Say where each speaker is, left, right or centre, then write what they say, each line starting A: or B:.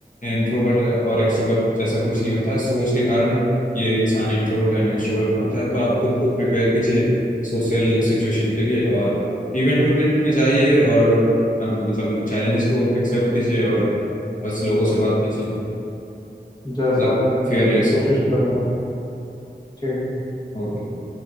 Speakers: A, on the left (about 50°); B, on the left (about 20°).
A: इंट्रोवर्ट और एक्सट्रोवर्ट जैसा कुछ नहीं होता है सोच के कारण ये इंसान इंट्रोवर्ट एंड एक्सट्रोवर्ट बनता है तो आप खुद को प्रिपेयर कीजिए सोशल सिचुएशन के लिए और इवेंट इवेंट में जाइए
B: ठीक
A: और अम, मतलब चैलेंजेस को एक्सेप्ट कीजिए और बस लोगों से बात कीजिए
B: जैसा
A: मतलब
B: आप कहें
A: फियरलेस
B: सर मैं कोशिश करूंगा ठीक है
A: और क्या।